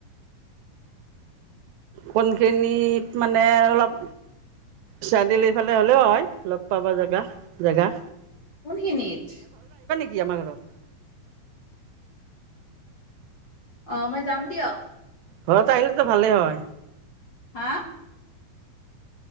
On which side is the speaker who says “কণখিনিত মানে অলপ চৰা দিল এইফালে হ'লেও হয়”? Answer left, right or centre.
Right